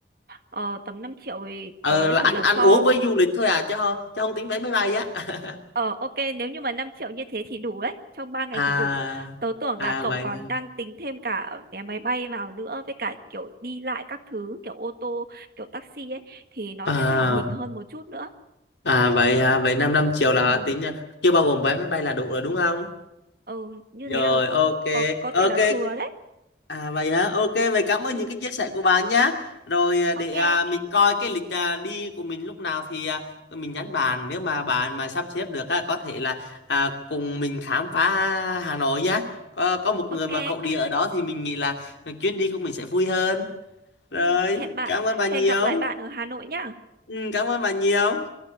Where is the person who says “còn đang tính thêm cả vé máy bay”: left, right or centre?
Right